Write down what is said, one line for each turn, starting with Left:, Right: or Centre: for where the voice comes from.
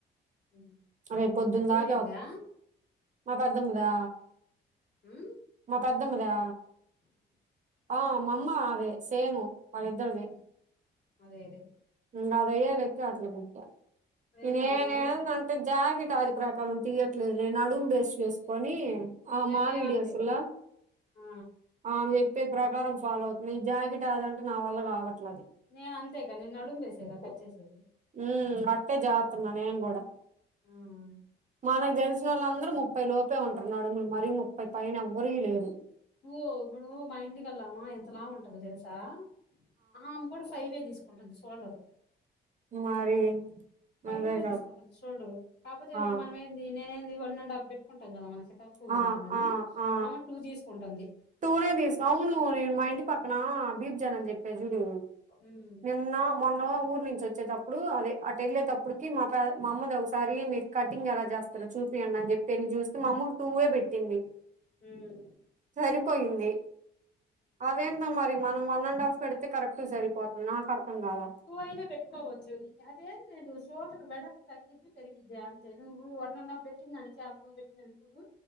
Left: ఉమ్.
Right: రే పొద్దున్న
Left: కుదిరిందా
Right: దాక మా పెద్దమ్మ దా
Left: హ్మ్
Right: మా పెద్దమ్మదా ఆ మాఅమ్మ ఆదే సేము వాళ్ళిద్దరిది
Left: ఉమ్, అదే అదే
Right: ఇంక అదయ్యాక <unintelligible> అక్కడ బెట్టా
Left: లేదు
Right: నేనేందంటే
Left: మరి నువ్వు నేర్చు
Right: జాకెట్ ఆది ప్రకారం తీయట్లేదు లే నడుం బేస్ చేసుకొని ఆ
Left: నేను
Right: మా
Left: నేను
Right: వీడియోస్
Left: అంతేగా
Right: లో
Left: ఆ
Right: ఆమె చెప్పే ప్రకారం ఫాలో అవుతుంది ఈ జాకెట్ అదంటే నా వల్ల కావట్లేది
Left: నేను అంతేగా నేను నడుంబేసేగా కట్ చేసేది
Right: హ్మ్ అట్టే జేత్తన్న నేన్ గూడా
Left: హ్మ్
Right: మనకు తెలిసిన వాళ్ళ అందరూ ముప్పై లోపే ఉంటారు నడుములు మరీ ముప్పై పైన ఎవరీయి లేదు
Left: ఏయ్ ఇప్పుడు మా ఇంటిగళ్ళమా ఎంతలావు ఉంటదో తెలుసా ఆ కూడా ఫైవే తీసుకుంటుంది షోల్డరు
Right: మరి
Left: ఫైవే
Right: అదే కాదు
Left: తీసుకుంటంది షోల్డర్ కాపోతే
Right: ఆ
Left: మనమేంది నేనేంది వన్ అండ్ హాఫ్ పెట్టుకుంటాం కద మన <unintelligible> ఎక్కువ
Right: ఆ
Left: ఉన్నారు అని
Right: ఆ ఆ
Left: ఆమె టుూ తీసుకుంటంది
Right: టూనే తీస్ అవును మా ఇంటి పక్కన బీబ్ జాన్ అని చెప్పిన చూడు
Left: ఉమ్
Right: నిన్న మొన్న ఊరి నుంచి వచ్చేటప్పుడు అదే అటు వెళ్ళేటప్పుడుకి మా మా అమ్మది ఒకసారి కటింగ్ ఎలా చేస్తరు చూపీయండి అని చెప్పి వెళ్ళి చూస్తే మా అమ్మకు టూవే పెట్టింది
Left: హ్మ్
Right: సరిపోయింది అవే మరి మనం వన్ అండ్ హాఫ్ పెడితే కరెక్ట్ సరిపోతుంది నాకు అర్థం కాల
Left: ఐదే పెట్టుకోవచ్చు అదేంది షోల్డర్ వెడల్పు తగ్గి పెరిగిద్దే అంతే నువ్వు వన్ అండ్ ఆఫ్ పెట్టిందని జాన్ బీ పెట్టిందని చూడు